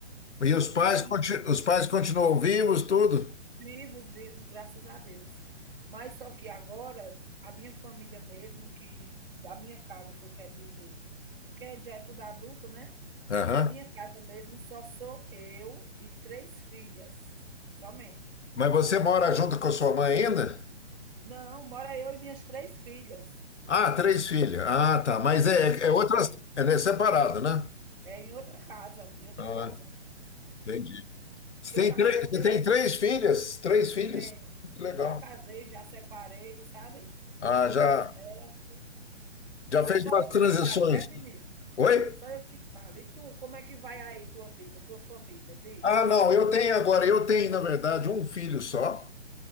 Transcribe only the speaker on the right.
E
vivos, vivos, graças a Deus. Mas só que agora, a minha família mesmo, que da minha casa que eu quero dizer, porque já é tudo adulto, né?
Na minha casa mesmo só sou eu e 3 filhas, somente.
Não, mora eu e minhas 3 filhas
que
eu tenho.
É em outra casa, em outra
casa.
Que eu já
casei
tenho.
Eu já casei, já separei, sabe?
Não
deu certo.
Mas
só
eu
que falo, né, Vinícius?
Só eu que falo. E tu, como é que vai aí tua vida, tua família? Diz.